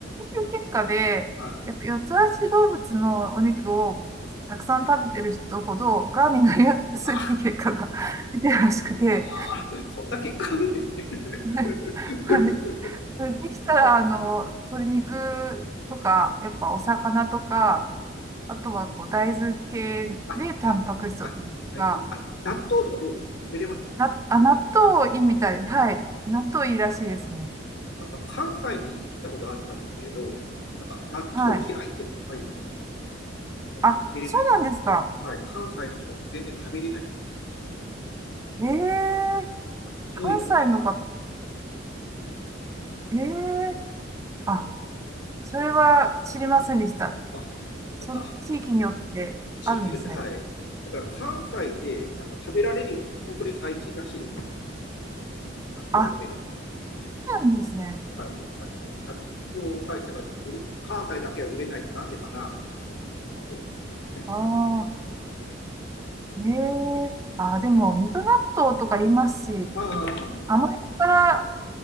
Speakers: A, on the right; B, on the left.
A: の研究結果で、
B: あ、
A: やっぱ四つ足動物のお肉をたくさん食べてる人ほど、
B: うん、
A: がんになりやすいっていう結果が
B: うん、あ、
A: <laughs> 出てるらしくて、
B: あ、あ、そんな結果あるんですね。
A: はいはい。
B: <laughs>
A: それできたら、あの、鶏肉とか、やっぱお魚とか、あとはこう大豆系でタンパク質を取るとか、
B: あ、だ、あ、大豆、あ、納豆とかどうですか食べれます
A: な、あ、納豆いいみたい。はい。納豆いいらしいですね。
B: なんか関西に行ったことあったんですけれど、なんか納豆嫌いっていっぱいいましたね。
A: はい。
B: もう食べれない。
A: あ、そうなんですか。
B: はい、関西の人、全然食べれない。
A: ええ
B: あの匂いがダメだって
A: 関西の方
B: 言ってましたね。
A: ええあ、それは知りませんでした。
B: あなんか
A: その地域によってあるんですね。
B: 地域によって、はい。だから関西でなんか食べられるようにの本当に最近らしいです納豆を食べるって。
A: あ、そうなんですね。
B: だから、あの納豆を返してから売れ関西だけは売れないのはなんでかなみたいなことを聞いてます。
A: ああ、ええああ、でも、水戸納豆とか言いますし、
B: ああ、
A: あの辺から